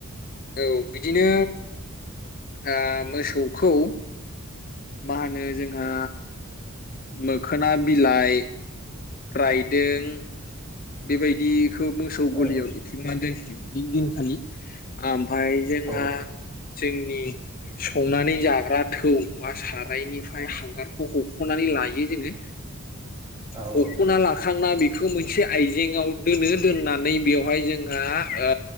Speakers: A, on the left (about 40°); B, on the right (about 20°).
A: औ बिदिनो ओ मोसौखौ मा होनो जों ओ मोखोना बिलाइ रायदों बेबायदि खौ मोसौ गलियाव
B: औ
A: एथंनानै दोनसिगोन बिदिन खालि ओमफफ्राय जोंहा
B: औ
A: जोंनि संनानै जाग्रा थौ बा सारायनिफ्राय हांगारखौ हख'नानै लायो जोङो
B: औ
A: हखना ला थांना बेखौ मोनसे आइजेंआव दोनो दोननानै बेवहाय जोंहा ओ